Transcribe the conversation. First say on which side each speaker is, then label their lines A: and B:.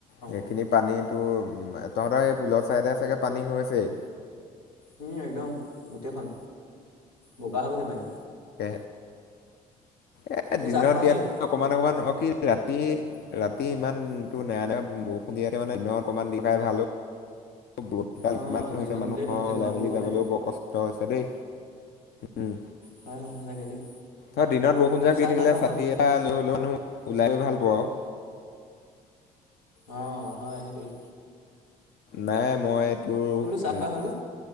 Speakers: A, on the left; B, on the left.
A: সেইখিনি
B: অঁ
A: পানীতো উ তহঁতৰ সেই পুলৰ চাইদে চাগে পানী হৈছেই
B: উম একদম গোটেইখন বগা হৈ গৈছে পানী
A: সেয়ে এ
B: এই
A: দিনত
B: চাহ খোৱা
A: দিয়াত
B: হ'ল?
A: অকমান অকমান অকিল ৰাতি ৰাতি ৰাতি ইমানতটো নাই ন বৰষুণ দিযাতে মানে দিন অকণমান দি খাই ভাল ইমান
B: অঁ
A: হৈছে
B: দিনত
A: মানুহৰ
B: দিলেই হ'ল তেতিয়া
A: ওলাই
B: গৰমটো
A: মেলি
B: কমে।
A: যাবলৈও বৰ কষ্ট হৈছে দেই উম,
B: হয় হয় সঁচাকে দেই।
A: ধ, দিনত বৰষুণ
B: বাকী
A: জাক
B: চাহ
A: দি থাকিলে
B: তাহ খোৱা
A: ছাতি
B: হ'ল?
A: এটা লৈ হ'লোও নো। ওলাই আহি ভাল পাওঁ আৰু।
B: অ, হয় সেইটোৱে।
A: নাই মই এইটোৰ,
B: চাহ খোৱা হ'লনে?